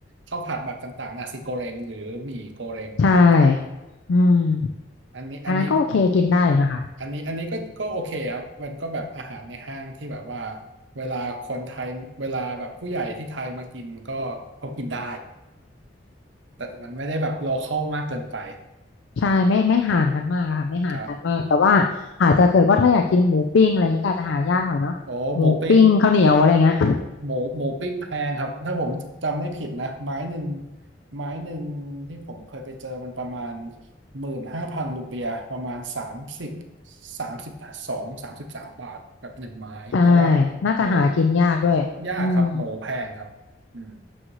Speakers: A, on the right (about 75°); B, on the left (about 75°).
A: ข้าวผัดแบบต่างๆนาซิโกเรงหรือหมี่โกเรงต่าง
B: ใช่อืม
A: ๆอันนี้อันนี้
B: อันนั้นก็โอเคกินได้อยู่นะคะ
A: อันนี้อันนี้ก็ก็โอเคครับมันก็แบบอาหารในห้างที่แบบว่าเวลาคนไทยเวลาแบบผู้ใหญ่ที่ไทยมากินก็เขากินได้แต่มันไม่ได้แบบโลคอลมากเกินไป
B: ใช่ไม่ไม่ห่างกันมากอะค่ะไม่ห่างกันมากแต่ว่าอาจจะเกิดว่าถ้าอยากกินหมูปิ้งอะไรเงี้ยก็อาจจะหายากหน่อยเนาะหมูปิ้งข้าวเหนียวอะไรเงี้ย
A: ครับโอ้หมูปิ้งหมูหมูปิ้งแพงครับถ้าผมจำไม่ผิดนะไม้หนึ่งไม้หนึ่งที่ผมเคยไปเจอมันประมาณหมื่นห้าพันรูเปียห์ประมาณสามสิบสามสิบสองสามสิบสามบาทแบบหนึ่งไม้เพราะว่า
B: ใช่น่าจะหากินยากด้วยอืม
A: หมูยากครับหมูแพงครับอืม